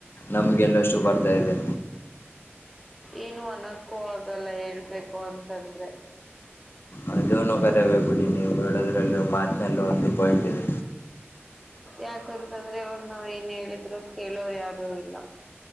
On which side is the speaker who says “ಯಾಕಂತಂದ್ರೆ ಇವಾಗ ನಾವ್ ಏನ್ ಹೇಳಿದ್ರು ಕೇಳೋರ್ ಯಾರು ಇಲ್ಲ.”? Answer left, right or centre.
Centre